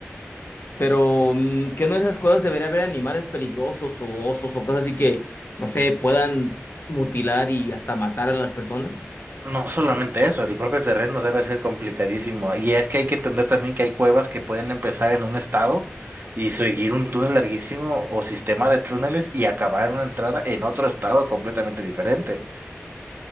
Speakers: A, on the left; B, on the right.
A: pero, mm, ¿qué no en esas cuevas debería haber animales peligrosos o osos o cosas así que, no sé, puedan mutilar y hasta matar a las personas?
B: No solamente eso, el propio terreno debe ser complicadísimo. Y es que hay que entender también que hay cuevas que pueden empezar en un estado y seguir un túnel larguísimo o sistema de túneles y acabar una entrada en otro estado completamente diferente.